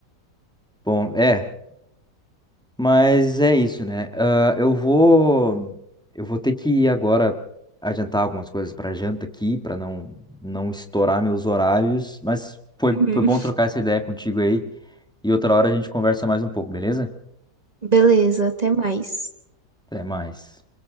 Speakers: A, in the centre; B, on the right.
A: Bom, é. Mas é isso, né? Ah, eu vou, eu vou ter que ir agora adiantar algumas coisas para janta aqui, para não não estourar meus horários. Mas foi,
B: Uhum.
A: foi bom trocar essa ideia contigo aí. E outra hora a gente conversa mais um pouco, beleza?
B: Beleza, até mais.
A: Até mais.